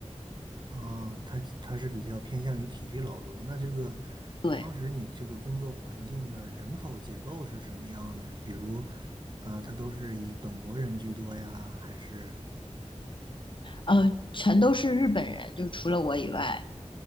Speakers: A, on the right; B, on the left.
A: 啊，他他是比较偏向于体力劳动。那这个
B: 对。
A: 当时你这个工作环境的人口结构是什么样的？比如，呃，他都是以本国人居多呀，还是
B: 呃，全都是日本人，就除了我以外，